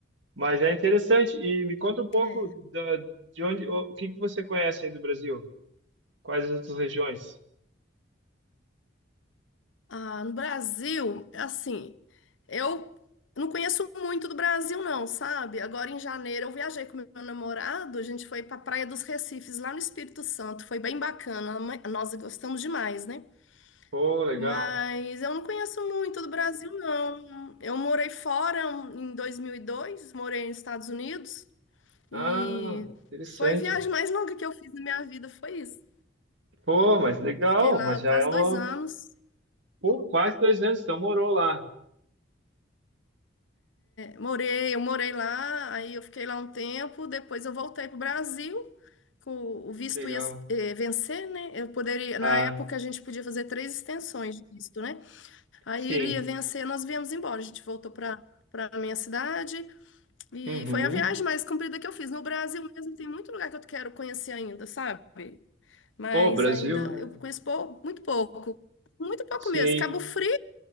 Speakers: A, on the right (about 70°); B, on the left (about 75°).
A: mas é interessante. E me conta um pouco
B: É.
A: da, de onde, o, o que que você conhece aí do Brasil? Quais as outras regiões?
B: Ah, no Brasil, assim, eu não conheço muito do Brasil, não, sabe? Agora em janeiro eu viajei com meu namorado, a gente foi para Praia dos Recifes, lá no Espírito Santo, foi bem bacana, a mãe- nós gostamos demais, né?
A: Pô, legal.
B: Mas eu não conheço muito do Brasil, não. Eu morei fora um, em 2002, morei nos Estados Unidos
A: Ah,
B: e
A: interessante.
B: foi a viagem mais longa que eu fiz na minha vida, foi isso.
A: Pô, mas legal,
B: Fiquei lá
A: mas já
B: quase
A: é uma...
B: dois anos.
A: Pô, quase dois anos, então morou lá.
B: Morei, eu morei lá, aí eu fiquei lá um tempo, depois eu voltei para o Brasil, com o visto
A: Que legal.
B: ia eh, vencer, né? Eu poderia,
A: Ah,
B: na época a gente podia fazer três extensões de visto, né? Aí
A: sim.
B: ele ia vencer, nós viemos embora, a gente voltou para para minha cidade e
A: Uhum.
B: foi a viagem mais comprida que eu fiz. No Brasil mesmo tem muito lugar que eu quero conhecer ainda, sabe? Mas
A: Ô, Brasil,
B: ainda
A: é
B: eu conheço pou- muito pouco, muito pouco
A: Sim,
B: mesmo. Cabo Frio